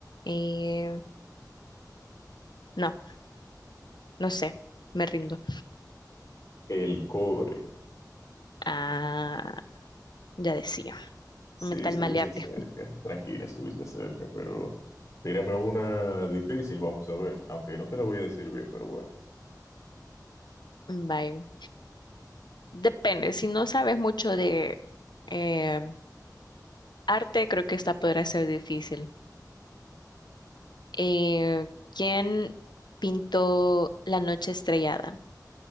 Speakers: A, on the left; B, on the left.
A: Eh, no, no sé, me rindo.
B: El cobre.
A: Ah, ya decía,
B: Sí,
A: metal
B: estuviste
A: maleable.
B: cerca, tranquila, estuviste cerca, pero tírame una difícil, vamos a ver, aunque no te la voy a decir bien, pero bueno.
A: Bye. Depende, si no sabes mucho de eh, arte, creo que esta podrá ser difícil. Eh, ¿quién pintó La noche estrellada?